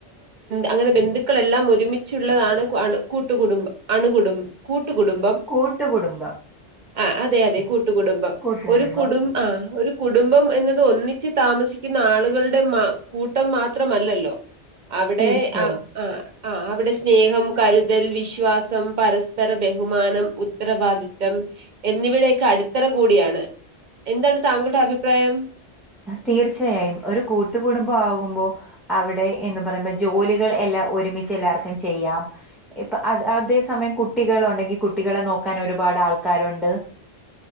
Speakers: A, on the right; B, in the centre.
A: അങ്ങനെ ബന്ധുക്കളെല്ലാം ഒരുമിച്ചുള്ളതാണ് കൂട്ടുകടും അണുകുടും കൂട്ടുകുടുംബം
B: കൂട്ടുകുടുംബം
A: ആഹ് അതെ അതെ കൂട്ടുകുടുംബം
B: കൂട്ടുകുടുംബം
A: ഒരു കുടും ആ ഒരു കുടും കുടുംബം എന്നത് ഒന്നിച്ച് താമസിക്കുന്ന ആളുകളുടെ മാ കൂട്ടം മാത്രമല്ലല്ലോ അവിടെ
B: തീർച്ചയായും
A: ആ ആ ആ അവിടെ സ്നേഹം കരുതൽ വിശ വിശ്വാസം പരസ്പര ബഹുമാനം ഉത്തരവാദിത്തം എന്നിിവയുടെയൊക്കെ അടിത്തറ കൂടിയാണ് എന്താണ് താങ്കളുടെ അഭിപ്രായം
B: തീർച്ചയായും ഒരു കൂട്ടുകുടുംബം ആകുമ്പോ അവിടെ എന്ന് പറയുമ്പോ ജോലികൾ എല്ലാം ഒരുമിച്ച് എല്ലാവർക്കും ചെയ്യാം ഇ അതേ സമയം കുട്ടികളണ്ടെങ്കിൽ കുട്ടികളെ നോക്കാൻ ഒരുപാട് ആൾക്കാരുണ്ട്